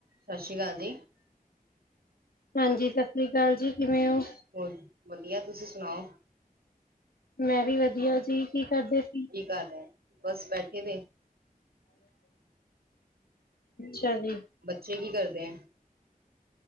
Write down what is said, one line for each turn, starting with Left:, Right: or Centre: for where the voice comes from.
Right: ਸਸ ਸ਼੍ਰੀ ਅਕਾਲ ਜੀ।
Left: ਹਾਂਜੀ, ਸਸ ਸ੍ਰੀ ਅਕਾਲ ਜੀ ਕਿਵੇਂ ਓ?
Right: ਹੋਰ, ਵਧੀਆ ਤੁਸੀਂ ਸੁਣਾਓ?
Left: ਮੈਂ ਵੀ ਵਧੀਆ ਜੀ, ਕੀ ਕਰਦੇ ਸੀ?
Right: ਘਰ ਬਸ ਬੈਠੇ ਵੇ।
Left: ਅੱਛਾ ਜੀ।
Right: ਬੱਚੇ ਕੀ ਕਰਦੇ ਆ?